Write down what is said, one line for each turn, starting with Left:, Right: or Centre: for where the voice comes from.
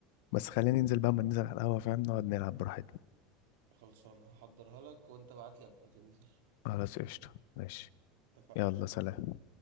Left: بس خلينا ننزل بقى ما ننزل على القهوة فاهم نقعد نلعب براحتنا
Right: خلصانة هحضرها لك وانت بعتلي قبل ما تنزل
Left: خلاص قشطة ماشي
Right: اتفقنا
Left: يلا سلام